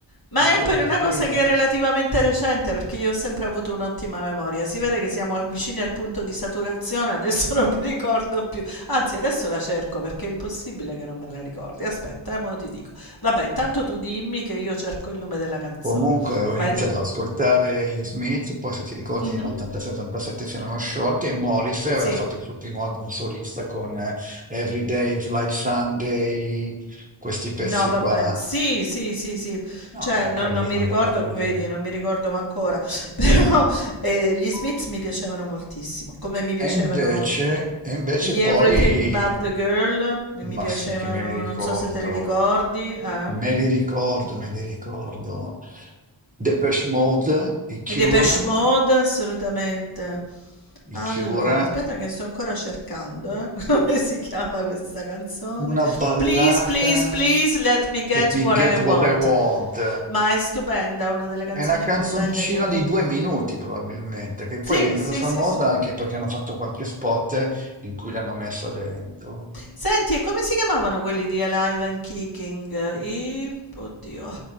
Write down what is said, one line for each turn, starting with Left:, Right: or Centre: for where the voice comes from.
Left: Ma
Right: Anch'io,
Left: è un per
Right: per
Left: una
Right: cui...
Left: cosa
Right: eh,
Left: che è relativamente recente perché io ho sempre avuto un'ottima memoria. Si vede che siamo vicini al punto di saturazione, adesso non mi ricordo più. Anzi, adesso la cerco perché è impossibile che non me la ricordi. Aspetta, eh, mo ti dico. Vabbè, intanto tu dimmi che io cerco il nome della canzone.
Right: Comunque ho
Left: Vai
Right: iniziato
Left: tra...
Right: ad ascoltare gli Smith, poi se ti ricordi
Left: Mhm,
Right: nell'86-87 si erano sciolti e Morrissey
Left: Sì.
Right: aveva fatto il suo primo album solista con eh, Every Day is Like Sunday, questi pezzi
Left: No, vabbè.
Right: qua.
Left: Sì, sì, sì, sì.
Right: No,
Left: Cioè,
Right: era
Left: non,
Right: carino,
Left: non mi ricordo,
Right: dai.
Left: vedi, non mi ricordo ma ancora. <laughs> Però eh, gli Smiths mi piacevano moltissimo, come mi piacevano
Right: E invece, e invece
Left: Gli
Right: poi,
Left: Everything But the Girl mi mi
Right: ma
Left: piacevano,
Right: sì che me li ricordo,
Left: non so se te li ricordi, eh?
Right: me li ricordo, me li ricordo. Depeche Mode, i Cure,
Left: I Depeche Mode, assolutamente. Allora,
Right: i Cure.
Left: aspetta che sto ancora cercando, eh, <laughs> Come si chiama questa canzone?
Right: Una ballata,
Left: Please, please, please, let me get
Right: Let Me
Left: what
Right: Get
Left: I want.
Right: What I Want,
Left: Ma è stupenda, una delle canzoni
Right: è una canzoncina
Left: più belle che me...
Right: di due minuti probabilmente, che poi
Left: Sì,
Right: è diventata
Left: sì,
Right: famosa
Left: sì, sì.
Right: anche perché hanno fatto qualche spot in cui l'hanno messa dentro.
Left: Senti, e come si chiamavano quelli di Alive and Kicking? I... Oddio.